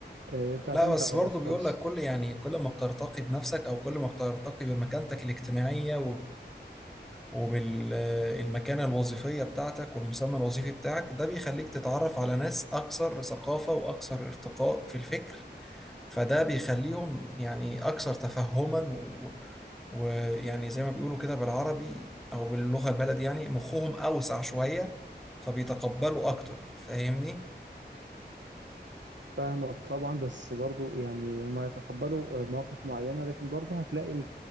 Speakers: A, on the right; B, in the centre.
A: آه، هي بتعتمد
B: لا بس
A: على
B: برضو
A: الأشخاص
B: بيقول لك كل يعني كل ما بترتقي بنفسك او كل ما بترتقي بمكانتك الاجتماعية وبالمكانة الوظيفية بتاعتك والمسمى الوظيفي بتاعك ده بيخليك تتعرف على ناس أكثر ثقافة وأكثر ارتقاء في الفكر فده بيخليهم يعني أكثر تفهما و- ويعني زي ما بيقولوا كده بالعربي أو باللغة البلد يعني مخهم أوسع شوية فبيتقبلوا أكتر فاهمني؟
A: فاهمك طبعا بس برضو يعني هما يتقبلوا آه، مواقف معينة لكن برضو هتلاقي